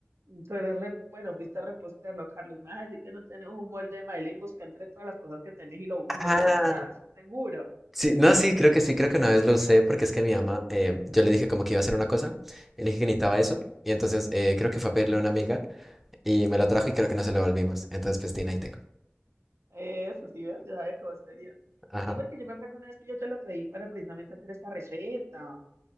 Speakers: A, on the right; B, in the centre.
A: tú eres, re- bueno, fuiste a reposterlo, Carlos. Me vas a decir que no tenés un molde de Madeleine, busca entre todas las cosas que tenés y lo, y
B: Ah.
A: lo encontrás, es seguro.
B: Sí, no, sí, creo que sí, creo que una vez lo usé porque es que mi mamá, eh, yo le dije como que iba a hacer una cosa, y le dije que necesitaba eso y entonces eh, creo que fue a pedirle a una amiga y me lo trajo y creo que no se lo volvimos. Entonces, pues, tin, ahí tengo.
A: Eso, sí, ves, yo sabía que vos tenías.
B: Ajá.
A: Sí, porque yo me acuerdo una vez que yo te lo pedí para precisamente hacer esta receta.